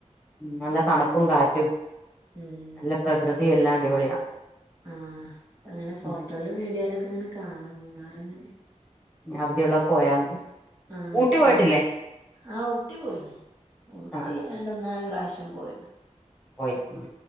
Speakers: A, in the centre; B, on the right (about 30°).
A: ഉം നല്ല തണുപ്പും കാറ്റും
B: ഉം
A: നല്ല പ്രകൃതി എല്ലാം അടിപൊളിയാ
B: ആഹ് അങ്ങനെ ഫോട്ടോയിലും,
A: ഉം
B: വീഡിയോയിലും ഒക്കെ അങ്ങനെ കാണാം, മൂന്നാർ അങ്ങനെ
A: അവധിയുള്ള പോയാൽ മതി.
B: ആഹ്
A: ഊട്ടി
B: ഇഞ്ഞി
A: പോയിട്ടില്ലേ
B: പോണം. ആഹ് ഊട്ടി പോയിണ്, ഊട്ടി
A: ആഹ്
B: രണ്ട് മൂനാല് പ്രാവശ്യം പോയണ്.
A: പോയ്ക്ക് ഉം